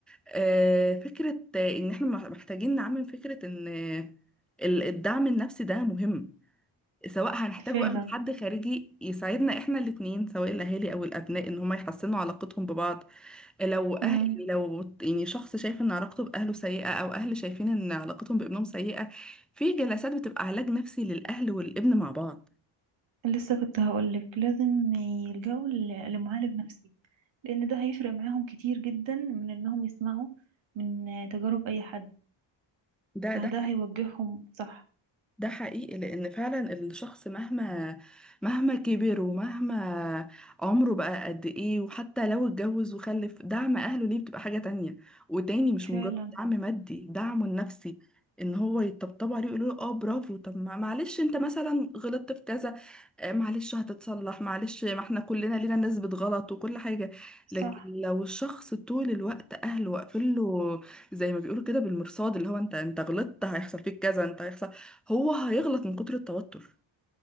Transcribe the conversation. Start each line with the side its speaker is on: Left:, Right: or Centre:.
Centre: آه، فكرة آه، إن إحنا مح- محتاجين نعمم فكرة إن آه، ال- الدعم النفسي ده مهم سواء هنحتاج
Right: فعلا
Centre: بقى من حد خارجي يساعدنا احنا الاتنين سواء الاهالي او الابناء ان هما يحسنوا علاقتهم ببعض لو أهل
Right: امم
Centre: يعني لو يعني شخص شايف ان علاقته باهله سيئه او اهل شايفين ان علاقتهم بابنهم سيئه في جلسات بتبقى علاج نفسي للاهل والابن مع بعض
Right: لسه كنت هقولك لازم يلجأوا ل- لمعالج نفسي لأن ده هيفرق معاهم كتير جدا من إنهم يسمعوا من تجارب أي حد
Centre: ده
Right: فده
Centre: ده
Right: هيوجههم صح
Centre: ده حقيقي لأن فعلا الشخص مهما مهما كبر ومهما عمره بقى قد إيه وحتى لو اتجوز وخلف دعم أهله ليه بتبقى حاجة تانية وتاني مش
Right: فعلا
Centre: مجرد دعم مادي دعمه النفسي إن هو يطبطبوا عليه ويقولوا له اه برافو طب ما- معلش انت مثلا غلطت في كذا آه، معلش هتتصلح معلش ما احنا كلنا لينا نسبة غلط وكل حاجة لكن
Right: صح
Centre: لو الشخص طول الوقت أهله واقفين له زي ما بيقولوا كده بالمرصاد اللي هو انت انت غلطت هيحصل فيك كذا انت هيحصل هو هيغلط من كتر التوتر